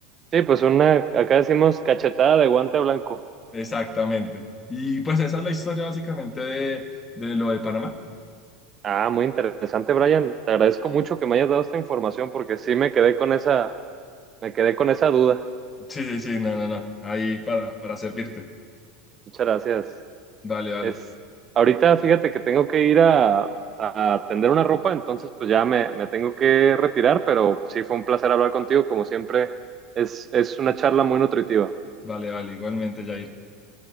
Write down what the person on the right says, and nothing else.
Sí, pues una, acá decimos cachetada de guante blanco.
Ah, muy interesante, Brian. Te agradezco mucho que me hayas dado esta información porque sí me quedé con esa Me quedé con esa duda.
Muchas gracias.
Es, ahorita fíjate que tengo que ir a, a tender una ropa, entonces pues ya me, me tengo que retirar, pero pues sí, fue un placer hablar contigo, como siempre. Es, es una charla muy nutritiva.